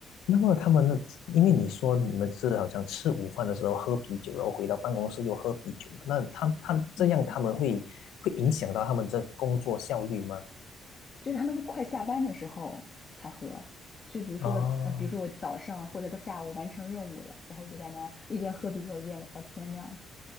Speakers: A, on the left (about 80°); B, on the left (about 40°).
A: 那么他们，因为你说你们是好像吃午饭的时候喝啤酒，然后回到办公室又喝啤酒嘛，那他他这样他们会会影响到他们这工作效率吗？
B: 嗯，就是他们快下班的时候才喝。就比如说，
A: 哦，
B: 嗯、比如说我早上或者到下午完成任务了，然后就在那一边喝啤酒一边聊天这样子。